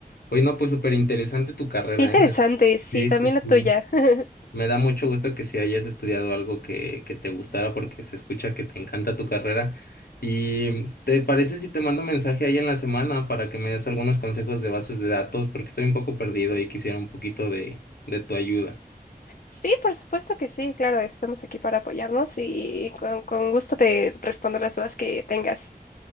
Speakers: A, on the left; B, on the left.
A: Oye, no, pues súper interesante tu carrera,
B: Qué interesante,
A: ¿eh?
B: sí,
A: Sí,
B: también
A: sí,
B: la
A: sí.
B: tuya. <laughs>
A: Me da mucho gusto que si hayas estudiado algo que, que te gustara porque se escucha que te encanta tu carrera. ¿Y te parece si te mando mensaje ahí en la semana para que me des algunos consejos de bases de datos? Porque estoy un poco perdido y quisiera un poquito de, de tu ayuda.
B: Sí, por supuesto que sí, claro, estamos aquí para apoyarnos y con, con gusto te respondo las dudas que tengas.